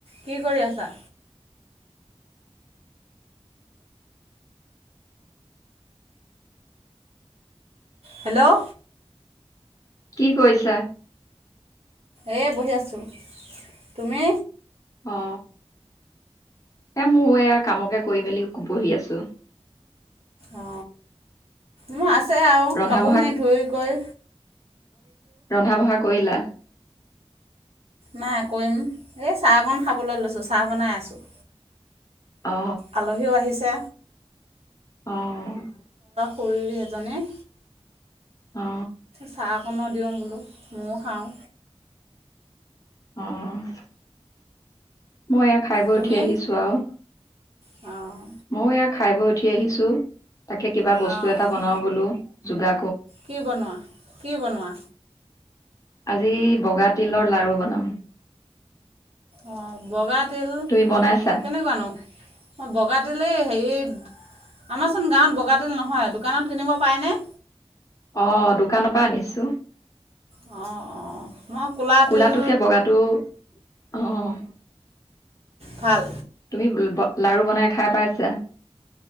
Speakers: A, on the right; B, on the left.
A: কি কৰি আছা হেল্ল'
B: কি কৰিছা
A: এ বহি আছোঁ তুমি
B: অ এ মোৰ এয়া কামকে কৰি মেলি বহি আছো
A: অ মই আছোঁ আছে আৰু
B: ৰন্ধা
A: কাপোৰখিনি
B: বঢ়া
A: ধুই কৈ
B: ৰন্ধা বঢ়া কৰিলা
A: নাই কৰিম এই চাহ অকণ খাবলৈ লৈছোঁ চাহ বনাই আছোঁ।
B: অ
A: আলহীও আহিছে।
B: অ'।
A: খুৰি এজনী।
B: অ
A: চাহ অকণত দিয়ো বোলো। মইয়ো খাওঁ।
B: অ'। মই এয়া খাই বৈ
A: তুমি?
B: উঠি আহিছো আৰু।
A: অ'।
B: মই এয়া খাই বৈ উঠি আহিছোঁ। তাকে কিবা বস্তু
A: অ',
B: এটা
A: অ'।
B: বনাও বলো। যোগা
A: কি বনোৱা, কি বনোৱা?
B: আজি বগা তিলৰ লাৰু বনাম।
A: অ', বগাত তিল
B: তুমি বনাইছা?
A: কেনেকুৱানো? মই বগা তিলেই হেৰি আমাৰচোন গাঁৱত বগা তিল নহয়, দোকানত কিনিব পায়নে?
B: অ', দোকানৰ পৰা আনিছোঁ।
A: অঁ অঁ মই ক'লা তিল
B: ক'লাটোকে বগাটো অ'
A: ভাল
B: তুমি <unintelligible> লাৰু বনাই খাই পাইছা?